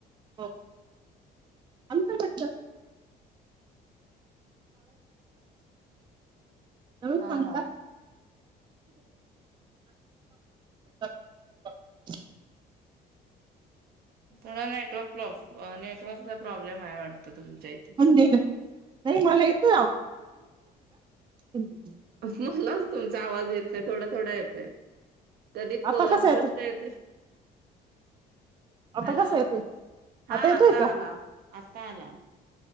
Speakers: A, on the right; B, on the right.
A: <unintelligible> नवीन सांगता?
B: हा हा
A: <unintelligible>
B: थोडा नेटवर्क प्रॉब.. अं नेटवर्क चा प्रॉब्लेम हाय वाटत. तुम जय ती.
A: हिंदी नाही मला येत. <unintelligible> <inaudible>
B: मलाच तुमचा आवाज येत नाही, थोडा थोडा येतंय. कधी
A: आता
B: प
A: कसा
B: स्पष्ट
A: येतोय
B: येते.
A: आता
B: हॅलो,
A: कसा येतोय
B: हा
A: येतोय
B: आता
A: का
B: आला. आता आला.